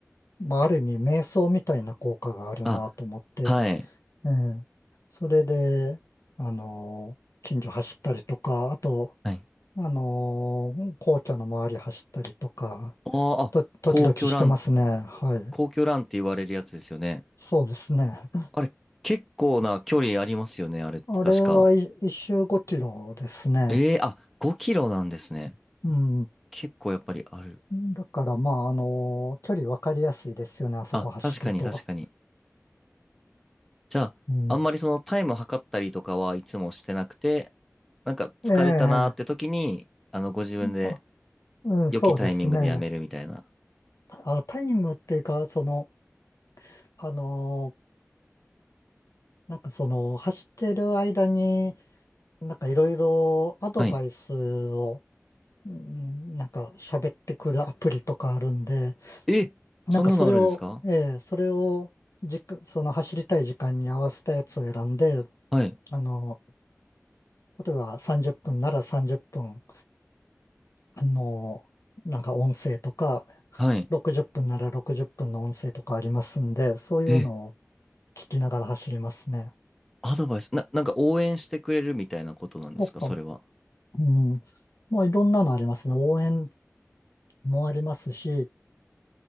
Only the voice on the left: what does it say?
まあ、ある意味瞑想みたいな効果があるなと思って、
ええ、それで、あのー近所走ったりとか、あと、
あのー皇居の周り走ったりとか、
と、時々してますね。
はい。
そうですね。
あれはい一周5キロですね。
うん。
だから、まあ、あのー距離分かりやすいですよね。あそこ走ると。
うん。
ええ。
あ、うん、
そうですね。あ、タイムっていうか、その、あのーなんかその、走ってる間に、なんかいろいろアドバイスを
うん、なんか喋ってくるアプリとかあるんで、
なんかそれを、
ええ、それをじか、その走りたい時間に合わせたやつを選んで、
あの、例えば30分なら30分、あの、なんか音声とか、
60分なら60分の音声とかありますんで、そういうのを
聞きながら走りますね。
とか、
うん、まあいろんなのありますね。応援もありますし、